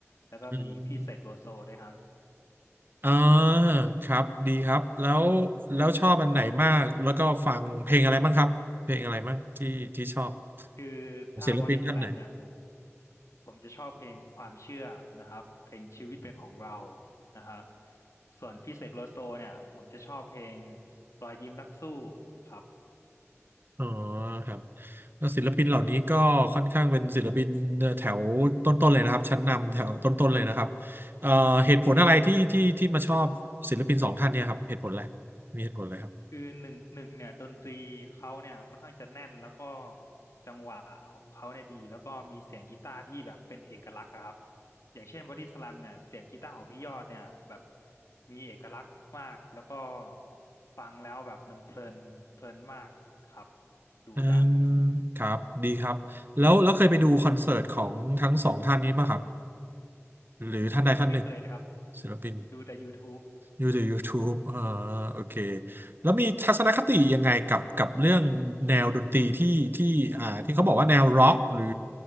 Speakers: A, on the left; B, on the right.
A: แล้วก็มีพี่เสกโลโซด้วยครับ
B: เอออ่าครับดีครับแล้วแล้วชอบอันไหนมากแล้วก็ฟังเพลงอะไรบ้างครับเพลงอะไรบ้างที่ที่ชอบ
A: คือ
B: ของศิลปินท่านไหน
A: ถ้า Body Slam เนี่ยผมผมจะชอบเพลงความเชื่อนะครับเพลงชีวิตเป็นของเรานะฮะส่วนพี่เสกโลโซเนี่ยผมจะชอบเพลงรอยยิ้มนักสู้ครับ
B: อ๋อครับแล้วศิลปินเหล่านี้ก็ค่อนข้างเป็นศิลปินแถวต้นๆเลยนะครับชั้นนำแถวต้นๆเลยนะครับเอ่อเหตุผลอะไรที่ที่ที่มาชอบศิลปินสองท่านเนี่ยครับเหตุผลอะไรมีเหตุผลอะไรครับ
A: คือหนึ่งหนึ่งเนี่ยดนตรีเขาเนี่ยค่อนข้างจะแน่นแล้วก็จังหวะของเขาเนี่ยดีแล้วก็มีเสียงกีตาร์ที่แบบเป็นเอกลักษณ์อะครับอย่างเช่นบอดี้สแลมเนี่ยเสียงกีตาร์ของพี่ยอดเนี่ยแบบมีเอกลักษณ์มากแล้วก็ฟังแล้วแบบมันเพลินเพลินมากครับดุดัน
B: อืมครับดีครับแล้วแล้วเคยไปดูคอนเสิร์ตของทั้งสองท่านนี้มั้ยครับหรือท่านใดท่านหนึ่ง
A: ไม่เคยเลยครับ
B: ศิลปิน
A: ดูแต่ YouTube
B: ดูจาก YouTube อ่าโอเค แล้วมีทัศนคติยังไงกับกับเรื่องแนวดนตรีที่ที่อ่าที่เขาบอกว่าแนวร็อกหรือ